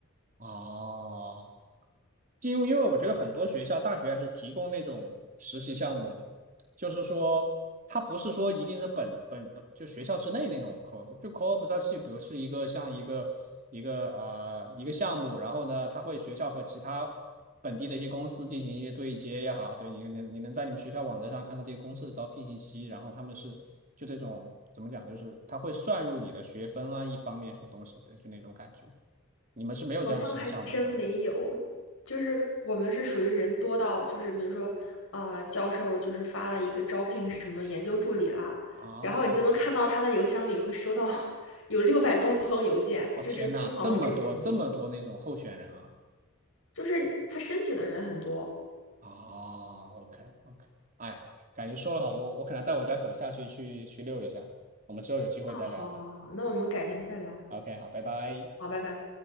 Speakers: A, on the right; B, on the left.
A: 哦因为因为我觉得很多学校大学还是提供那种实习项目的，就是说它不是说一定是本本本就学校之内那种 code，就 co-op 它是比如是一个像一个一个呃一个项目，然后呢，它会学校和其他本地的一些公司进行一些对接也好，对你能你能在你们学校网站上看到这些公司的招聘信息，然后他们是就这种怎么讲，就是它会算入你的学分啊，一方面什么东西，对，就那种感觉。你们是没有这样的实习项目是吗？
B: 好像还真没有，就是我们是属于人多到，就是比如说，呃，教授就是发了一个招聘什么研究助理啦，
A: 啊。
B: 然后你就能看到他的邮箱里会收到 <laughs> 有六百多封邮件，
A: 哦天呐，
B: 就是疯狂到这种程度，
A: 这么多这么多那种候选人啊！
B: 就是他申请的人很多。
A: 哦，OK OK，哎，感觉说了好多，我可能带我家狗下去去去遛一下，我们之后有机会再聊吧。
B: 哦，好好好，那我们改天再聊，
A: OK，好，拜拜。
B: 好，拜拜。